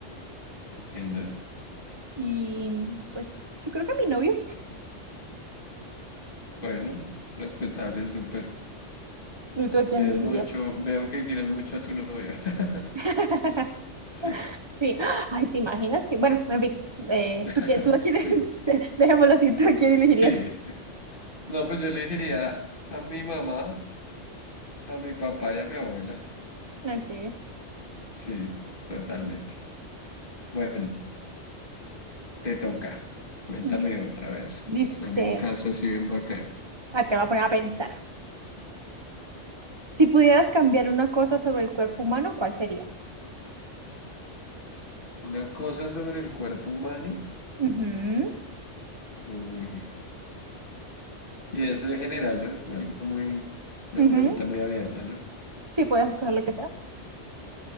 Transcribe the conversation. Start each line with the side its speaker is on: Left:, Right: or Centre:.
Left: entiendo.
Right: y pues yo creo que mi novio.
Left: Bueno, respetable, súper.
Right: ¿Y tú a quién
Left: Quieres
Right: elegirías?
Left: mucho, veo que quieres mucho a tu novio. <laughs>
Right: <laughs>
Left: Sí,
Right: Sí, ay, ¿te imaginas que? Bueno, en fin, eh,
Left: <laughs>
Right: ¿tú, qué, tú a quién,
Left: sí,
Right: <laughs> dejémoslo así, ¿tú a quién elegirías?
Left: sí. No, pues yo le diría a mi mamá, a mi papá y a mi abuela.
Right: Ok,
Left: Sí, totalmente. Bueno, te toca. Cuéntame
Right: Dis-
Left: otra vez.
Right: dice,
Left: Dame un caso así bien bacano.
Right: ah, te voy a poner a pensar. Si pudieras cambiar una cosa sobre el cuerpo humano, ¿cuál sería?
Left: Una cosa sobre el cuerpo humano.
Right: Ujú,
Left: Uy. Y eso en general, ¿no? Es algo muy, una
Right: ujú.
Left: pregunta muy abierta, ¿no?
Right: Sí, puedes escoger lo que sea.